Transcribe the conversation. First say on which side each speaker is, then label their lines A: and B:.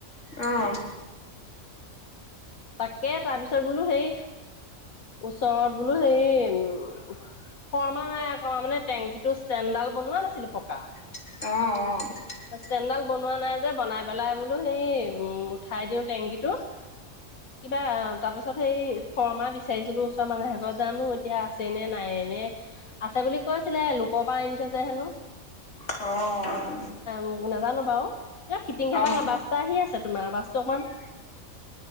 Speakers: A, on the left; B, on the left.
A: অ',
B: তাকে তাৰপিছত বোলো হেই ওচৰত বোলো হেই, উম ফৰ্মা নাই আকৌ মানে টেংকিতো ষ্টেণ্টডাল বনোৱা নাছিলো পকা।
A: অহ অ
B: ষ্টেণ্ডডাল বনোৱা নাই যে বনাই পেলাই বোলো সেই উম উঠাই দিওঁ টেংকী টো কিবা তাপাছত সেই ফৰ্মা বিচাৰিছিলো ওচৰ মানুহ এঘত জানো এতিয়া আছে নে নায়ে নে? আছে বুলি কৈছিলে লোকৰ পৰা আনি থৈছে হেনো
A: অ অ
B: উম নেজানো বাৰু এ খিটিং খাটাং
A: অ',
B: আৱাজ এটা আহি আছে তোমাৰ আৱাজটো‌ অকমান